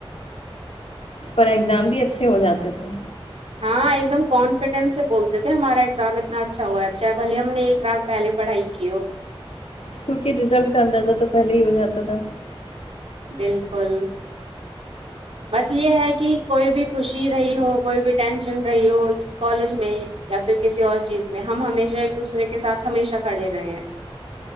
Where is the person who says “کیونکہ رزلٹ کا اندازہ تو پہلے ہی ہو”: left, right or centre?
Left